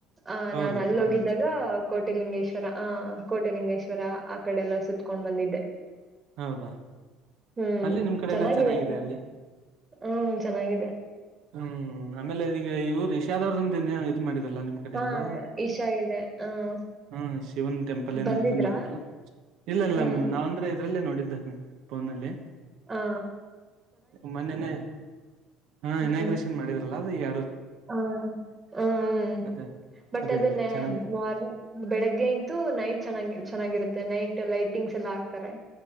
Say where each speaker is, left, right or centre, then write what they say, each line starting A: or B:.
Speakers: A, on the right; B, on the right.
A: ಆ
B: ಹೌದೌದು
A: ನಾನ್ ಅಲ್ಲಿ
B: ಬಂಗಾರಪೇಟೆ
A: ಹೋಗಿದ್ದಾಗ ಕೋಟಿಲಿಂಗೇಶ್ವರ ಆ ಕೋಟಿಲಿಂಗೇಶ್ವರ ಆ ಕಡೆ ಎಲ್ಲ ಸುತ್ತತ್ಕೊಂಡ್ ಬಂದಿದ್ದೆ
B: ಹೌದಾ
A: ಹ್ಮ್
B: ಅಲ್ಲಿ ನಿಮ್ ಕಡೆ
A: ಚೆನ್ನಾಗಿದೆ
B: ಎಲ್ಲಾ
A: ನೀ
B: ಅಲ್ಲಿ
A: ಹ್ಮ ಚೆನ್ನಾಗಿದೆ
B: ಹ್ಮ್ ಆಮೇಲೆ ಇದಗ ಇವು ರಿಷಾದವ್ರದಂದ ನ್ಯ ಇ ಇದ್ ಮಾಡಿದರಲ್ಲಾ ಕಡೆ
A: ಹಾ
B: ಎಲ್ಲ
A: ಇಶಾ ಇದೆ ಹ್ಮ
B: ಹಾ ಶಿವನ್ ಟೆಂಪಲ್ ಏನೋ
A: ಬಂದಿದ್ರಾ
B: ಇದನ್ ಮಾಡಿದಾರಲ್ಲ ಇಲ್ಲ ಇಲ್ಲ
A: ಹ್ಮ್
B: ಮ್ಯಾಮ್ ನಾವ ಅಂದ್ರೆ ಇದ್ರಲ್ಲೇ ನೋಡಿದ್ದ ಫೋನಲ್ಲಿ
A: ಹಾ
B: ಮೊನ್ನ ಹ
A: ಹ್ಮ್
B: ಇನಾಗ್ರೇಷನ್ ಮಾಡಿದ್ರಲ್ಲ ಅದು ಈಗ
A: ಹ ಹ ಹ್ಮ್
B: ಅದೇ
A: ಬಟ್
B: ಅದೇ
A: ಅದನ್ನ
B: ಅದೇ ಚೆನ್ನಾಗಿದೆ
A: ಮಾರ್ನಿಂಗ ಬೆಳಗ್ಗೆ ಗಿಂತು ನೈಟ್ ಚೆನ್ನಾಗಿ ಚೆನ್ನಾಗಿರುತ್ತೆ ನೈಟ್ ಲೈಟಿಂಗ್ಸ್ ಎಲ್ಲಾ ಆಗ್ತಾರೆ